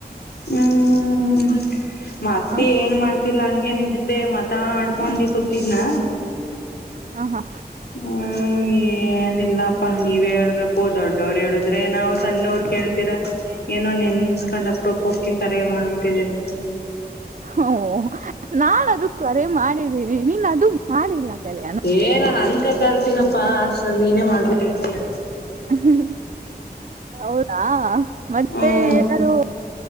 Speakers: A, on the left; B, on the right.
A: ಹ್ಮ್ <unintelligible> ಮತ್ತೆ
B: ಹ
A: ಏನ್ ಮಾಡ್ತ ಗೊತ್ತಿಲ್ಲ ಹಂಗೆ ನಿನ್ ಜೊತೆ ಮಾತಾಡ್ಕೊಂಡಿ ಕೂತಿದ್ನಾ
B: ಆ ಹಾ.
A: ಹ್ಮ ಏ ಏನಿಲ್ಲಪ್ಪಾ ನೀವೇ ಹೇಳ್ಬೇಕು ದೊಡ್ಡವ್ರ ಹೇಳುದ್ರೆ ನಾವ್ ಸಣ್ಣವ್ರ ಕೇಳ್ತೀರಾ ಏನೋ ನೆನ್ಸ್ಕೊಂಡ್ ಅಪರೂಪಕ್ಕೆ ಕರೆ ಮಾಡ್ಬಿಟ್ಟಿದ್ದೀರಾ
B: ಹೂ ನಾನಾದ್ರೂ ಕರೆ ಮಾಡಿದ್ದೀನಿ ನೀನ್ ಅದು ಮಾಡಿಲ್ಲ ಕರೆ
A: ಏ ನಾನ್ ಅನ್ಕತಾ ಇರ್ತೀನಪ್ಪಾ ಅಸ್ಟ್ರಲಿ ನೀನೇ ಮಾಡ್ಬಿಟ್ಟರ್ತೀಯಾ
B: ಹ್ಮ ಹೌದಾ ಮತ್ತೆ
A: ಹ್ಮ್
B: ಎಲ್ಲಾರೂ